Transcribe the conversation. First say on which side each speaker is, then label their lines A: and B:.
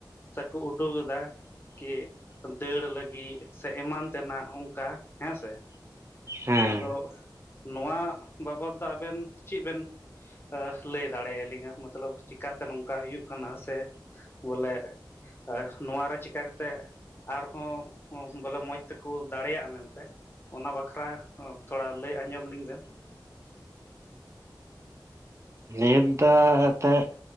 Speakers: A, on the left; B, on the right.
A: ᱥᱮ ᱠᱩ ᱩᱰᱩᱜ ᱮᱫᱟ ᱾ ᱠᱤ ᱫᱟᱹᱲ ᱞᱟᱹᱜᱤᱜ ᱥᱮ ᱮᱢᱟᱱ ᱛᱮᱱᱟᱜ ᱚᱝᱠᱟ ᱦᱮᱸ ᱥᱮ!
B: ᱦᱮᱸ
A: ᱟᱫᱚ ᱱᱚᱣᱟ ᱵᱟᱵᱚᱫ ᱫᱚ ᱟᱵᱮᱱ ᱪᱮᱜ ᱵᱮᱱ ᱟᱹ ᱞᱟᱹᱭ ᱫᱟᱲᱮᱭᱟᱞᱤᱧᱟ ᱢᱚᱛᱞᱚᱵ ᱪᱤᱠᱟᱛᱮ ᱱᱚᱝᱠᱟ ᱦᱩᱭᱩᱜ ᱠᱟᱱᱟ, ᱥᱮ ᱵᱚᱞᱮ ᱮ ᱱᱚᱣᱟᱨᱮ ᱪᱤ ᱪᱤᱠᱟᱹ ᱠᱟᱛᱮ ᱟᱨᱦᱚᱸ ᱵᱚᱞᱮ ᱢᱚᱡᱽ ᱛᱮᱠᱚ ᱫᱟᱲᱮᱭᱟᱜ-ᱟ ᱢᱮᱱᱛᱮ ᱚᱱᱟ ᱵᱟᱠᱷᱨᱟ ᱛᱷᱚᱲᱟ ᱞᱟᱹᱭ ᱟᱸᱡᱚᱢ ᱞᱤᱧ ᱵᱮᱱ
B: ᱮᱫᱟ ᱛᱮ